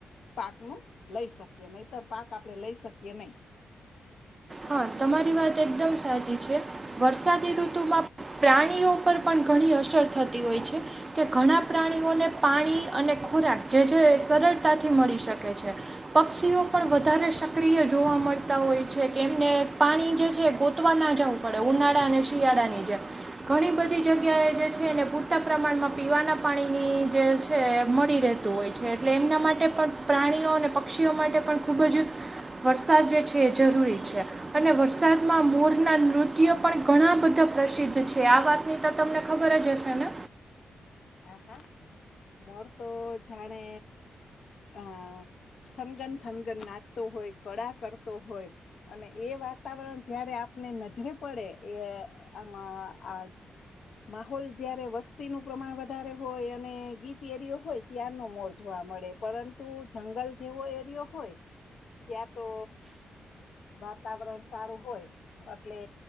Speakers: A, on the left; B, on the right.
A: પાકનું લઈ શકીએ, નહીતર પાક આપણે લઈ શકીએ નહી.
B: હા તમારી વાત એકદમ સાચી છે. વરસાદી ઋતુમાં પ્રાણીઓ પર પણ ઘણી અસર થતી હોય છે. કે ઘણા પ્રાણીઓને પાણી અને ખોરાક જે છે સરળતાથી મળી શકે કે છે પક્ષીઓ પણ વધારે સક્રિય જોવા મળતા હોય છે કેમને પાણી જે છે એ ગોતવા ના જવું પડે ઉનાળા અને શિયાળાની જેમ ઘણી બધી જગ્યાએ જે છે એને પૂરતા પ્રમાણમાં પીવાના પાણીની જે છે મળી રહેતું હોય છે એટલે એમના માટે પણ પ્રાણીઓ અને પક્ષીઓ માટે પણ ખૂબ જ વરસાદ જે છે એ જરૂરી છે અને વરસાદમાં મોરનાં નૃત્યો પણ ઘણા બધા પ્રસિદ્ધ છે આ વાતની તો તમને ખબર જ હશે ને
A: હા હા મોર તો જાણે આ થનગન થનગન નાચતો હોય કળા કરતો હોય અને એ વાતાવરણ જયારે આપને નજરે પડે એ આમાં માહોલ જયારે વસ્તીનું પ્રમાણ વધારે હોય અને ગીચ એરિયો હોય ત્યાંનો મોર જોવા મળે. પરંતુ જંગલ જેવો એરિયો હોય ત્યાં તો વાતાવરણ સારું હોય. એટલે